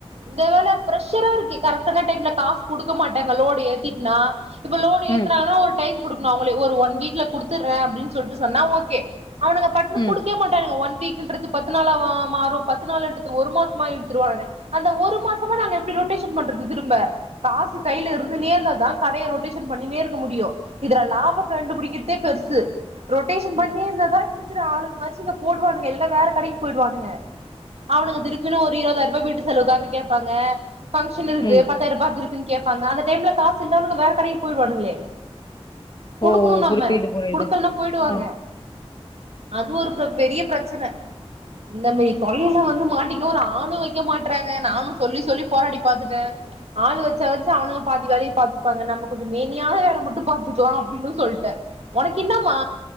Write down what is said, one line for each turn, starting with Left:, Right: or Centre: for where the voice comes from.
Right: இந்த வேல பிர்ரெஷரா இருக்கு கரெக்டான டைம்ல காசு குடுக்க மாட்டாங்க லோடு ஏத்தீட்டினா இப்ப லோடு ஏத்துனாலு
Left: ம்
Right: ஒரு டைம் குடுக்கணும் அவுங்களே ஒரு ஒன் வீக்ல குடுத்துடுறேன் அப்டின்னு சொல்லிட்டு சொன்னா ஓகே அவனுங்க பட்
Left: ம்
Right: விட மாட்டங்க ஒன் வீக்ன்றது பத்து நாளா மா மாறும் பத்து நாள் எடுத்துட்டு ஒரு மாசமா இழுத்துருவாங்க அந்த ஒரு மாசமா நாங்க எப்டி ரொட்டேஷன் பண்றது திரும்ப காசு கையில இருந்துன்னே இருந்தா தா கடையை ரொட்டேஷ பண்ணினே இருக்க முடியு இதுல லாபம் கண்டுபுடிக்கிறதே பெருசு ரொட்டேஷன்
Left: ம்
Right: பண்ணினே இருந்தா இருக்கிற ஆளுங்களா ச்சு இத போட் போவானுங்க எல்லா வேற கடைக்கி போயிடுவானுங்க அவனுக்கு திடிக்குன்னு ஒரு இருபதாயிருபா வீட்டு செலவுக்காக கேப்பாங்க பங்க்ஷன் இருக்கு
Left: ம்
Right: பத்தாயிரம் ரூபாயக்கு இருக்குன்னு கேட்பாங்க அந்த டைம்ல காசு இல்லனுக்கு வேற கடைக்கு போயிருவாங்கலே குடுக்கணும்
Left: ஓ ஓ
Right: நம்ம
Left: புரியுது புரியுது
Right: குடுக்கலனா போயிடுவாங்க
Left: ஆ
Right: அது ஒரு பிர பெரிய பிரச்சன இந்த மாரி தோல்லையில வந்து மாட்டிக்கோவோம் ஒரு ஆளும் வைக்க மாட்டறாங்க நானும் சொல்லி சொல்லி போராடி பாத்துட்ட ஆள் வச்சா வச்சா அவனுங்க பாதி வேலைய பாது ப்பாங்க நம்ம கொஞ்சோ மேனியான வேலை மட்டும் பாத்துக்கலாம் அப்படின்னு சொல்ட்ட உனக்கு என்னமா